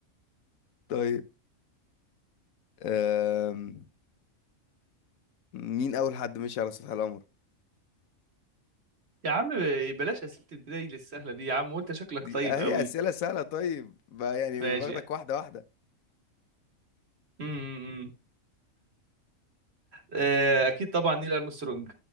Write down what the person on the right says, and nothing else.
يا عم بلاش اسئله البدايه للسهله دي يا عم وانت شكلك
طيب
قوي
ماشي
يعني
امم آه، اكيد طبعا نيل ارمسترونج